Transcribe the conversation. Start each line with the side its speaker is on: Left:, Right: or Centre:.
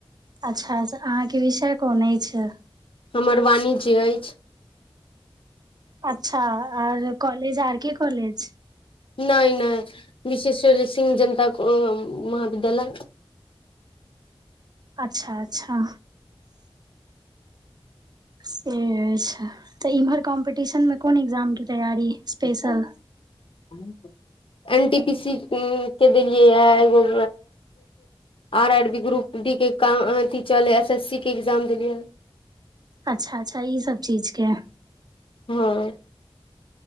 Right: अच्छा से अहाँके विषय कोन छै
Left: हमर वाणिज्य अछि
Right: अच्छा R college R K college
Left: नहि नहि विशेश्वर सिंह जनता महाविद्यालय
Right: अच्छा अच्छा से अछि तऽ इम्हर कॉम्पटिशन मे कोन एग्जाम के तैयारी
Left: <inaudible>
Right: special
Left: N T P C के देलियै य एगो R R B group D के काम अथथि चल है एस एस सी के एग्जाम देलियै
Right: अच्छा अच्छा ई सब चीज केँ
Left: हँ